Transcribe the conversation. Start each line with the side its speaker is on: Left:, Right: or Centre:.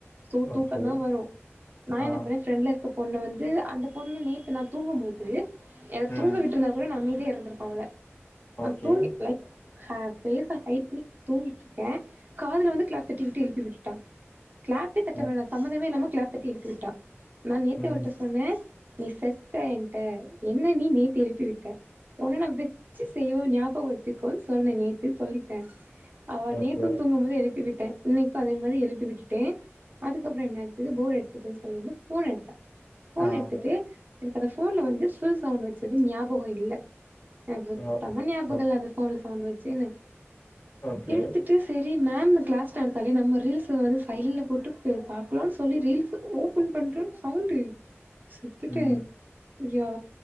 Right: சோ தூக்கோ
Left: ஓகே
Right: தா வரு நா
Left: ஆ
Right: என்ன பண்ணுவே ஃப்ரெண்ட்ல இருக்க பொண்ணு வந்து அந்த பொண்ணு நேத்து நா தூங்கு போது என்ன
Left: ம்
Right: தூங்க விட் டுருந்தா கூட நா அமைதியா இருந்திருப்ப அவள நா
Left: ஓகே
Right: தூங்கி லைக் ஹ பேஸ ஹைட் பண்ணி தூங்கிட்ருக்கே காதுல வந்து கிளாப் தட்டிவிட்டு எழுப்பி விட்டுட்டா கிளாப்பே தட்ட
Left: ஆ
Right: வேணா சம்பந்தமே இல்லாம கிளாப் தட்டி எழுப்பி விட்டா நா நேத்தே
Left: ம்
Right: அவளுட்ட சொன்ன நீ செத்த என்ட்ட என்ன நீ எழுப்பி விட்ட உன்ன நா வெச்சி செய்வே ஞாபகோ வெச்சுக்கோன் சொன்ன நேத்தே சொல்லிட்டே அவ நேத்தும்
Left: ஓகே
Right: தூங்கும்போது எழுப்பி விட்டே இன்னைக்கோ அதே மாரி எழுப்பி விட்டுட்டே அதுக்கப்புறோ என்னாச் சு போர் எடுத்துட்டுன்னு சொல்லி வந்து ஃபோன் எடுத்தா ஃபோன்
Left: ஆ
Right: எடுத்துட்டு எனக்கு அந்த ஃபோன்ல வந்து ஃபுல் சவுண்ட் வெச்சது ஞாபகோ இல்ல எனக்கு சுத்தமா
Left: ஓ
Right: ஞாபகோ
Left: ஓ
Right: அந்த ஃபோன்ல சவுண்ட் வெச்சுன்னு
Left: ஓகே
Right: எடுத்துட்டு செரி மேம்ங்க கிளாஸ் நடத்தாலே நம்ம ரீல்ஸ வந்து சைட்ல போட்டு பே பா க்லான் சொல்லி ரீல்ஸ் ஓபன் பண்றே சவுண்டு செத்துட்டே
Left: ம்
Right: அ